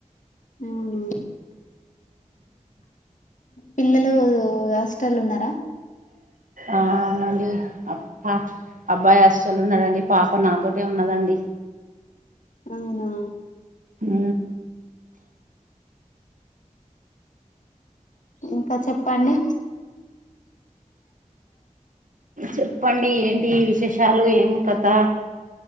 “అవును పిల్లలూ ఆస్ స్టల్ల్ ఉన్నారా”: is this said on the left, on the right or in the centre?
Left